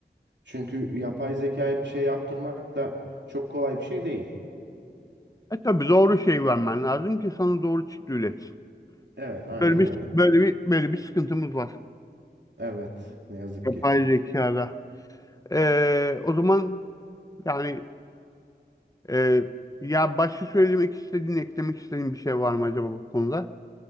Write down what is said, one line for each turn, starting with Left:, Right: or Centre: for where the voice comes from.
Right: Çünkü yapay zekaya bir şey yaptırmak da çok kolay bir şey değil.
Left: E tabii doğru şey vermen lazım ki sana doğru çıktı üret.
Right: Evet, aynen
Left: Böyle bir
Right: öyle.
Left: böyle bir böyle bir sıkıntımız var
Right: Evet, ne yazık
Left: yapay
Right: ki.
Left: zekada. Ee, o zaman Yani e, ya başka söylemek istediğin, eklemek istediğin bir şey var mı acaba bu konuda?